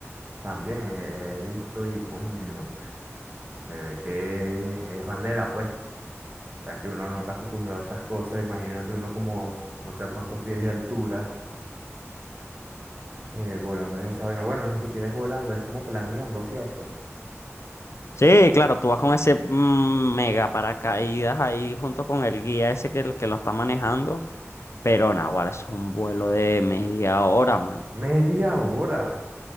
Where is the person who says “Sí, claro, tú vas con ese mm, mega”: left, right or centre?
Left